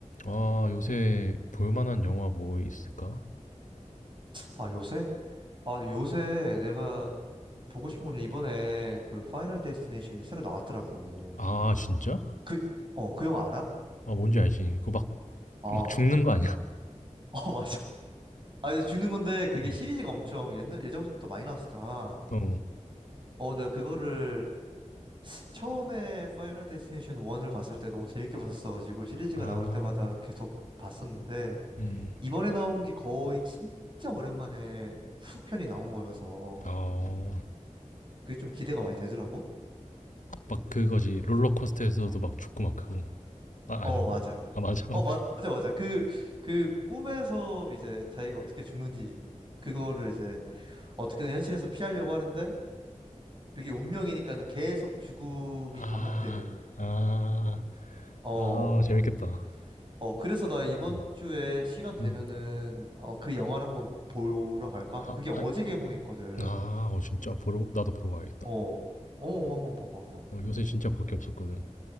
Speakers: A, on the left (about 80°); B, on the right (about 40°).
A: 아 요새 볼 만한 영화 뭐 있을까?
B: 아, 요새? 아, 요새 내가 보고 싶은 거는 이번에 그 파이널 데스티네이션이 새로 나왔더라고.
A: 아 진짜?
B: 그, 어, 그 영화 알아?
A: 아 뭔지 알지. 그거 막
B: 어, 어,
A: 막 죽는 거 아니야?
B: <laughs> 맞아. 아, 이제 죽는 건데
A: <laughs>
B: 그게
A: 어.
B: 시리즈가 엄청 옛날, 예전부터 많이 나왔었잖아.
A: 어.
B: 어, 내가 그거를 처음에 파이널 데스티네이션 1을 봤을 때 너무 재밌게 봤었어가지고 시리즈가
A: 아.
B: 나올 때마다 계속 봤었는데
A: 음.
B: 이번에 나온 게 거의 진짜 오랜만에 후속편이 나온 거여서
A: 어.
B: 그게 좀 기대가 많이 되더라고.
A: 막 그거지. 롤러코스터에서도
B: 어.
A: 막 죽고 막 그거. 아
B: 어,
A: 아닌가?
B: 맞아.
A: 아 맞아. <laughs>
B: 어,
A: 어.
B: 맞아, 맞아. 그, 그 꿈에서 이제 자기가 어떻게 죽는지, 그거를 이제 어떻게든 현실에서 피하려고 하는데, 그게 운명이니까는 계속 죽음이
A: 아.
B: 반복되는.
A: 아.
B: 어,
A: 아 재밌겠다.
B: 어, 그래서 나 이번
A: 음.
B: 주에 시간 되면은
A: 음.
B: 아마 그 영화를 한번 보러 갈까
A: 아.
B: 하고, 그게 어제
A: 아.
B: 개봉했거든.
A: 아 어, 진짜 보러 나도 보러 가야겠다.
B: 어, 어, 한번 봐봐. 그거.
A: 나 요새 진짜 볼 게 없었거든.